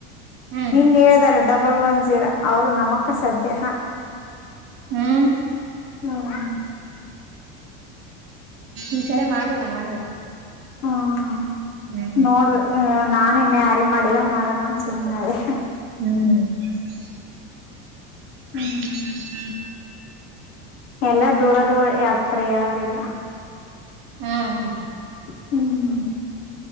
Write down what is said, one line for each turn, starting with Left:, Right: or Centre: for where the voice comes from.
Right: ಹ್ಮ್
Left: ನಿನ್ ಹೇಳ್ದಲ್ಲ ಡಬಲ್ ಒನ್ ಜೀರೋ ಅವರು ನಮಕ್ಕ ಸಧ್ಯಹಾ
Right: ಹ್ಮ್
Left: ಹ್ಮ್
Right: ಈ ಸರಿ ಮಾಡಿಲ್ಲಾ? ಮಾಡ್ಬೇಕು.
Left: ಹಾ ಹ
Right: ಹ್ಮ್
Left: ನೋಡಬೇಕ್ ನಾನ ಇನ್ನು ಯಾರಿ ಮಾಡಿಲ್ಲ ಮಾಡಣ ಅಂತ ಸುಮ್ನೇ ಅದೇ
Right: ಹ್ಮ್
Left: ಹ್ಮ್ ಎಲ್ಲ ದೂರ ದೂರ ಅತ್ರ ಯಾರಿಲ್ಲ
Right: ಹಾಕ
Left: ಹ್ಮ್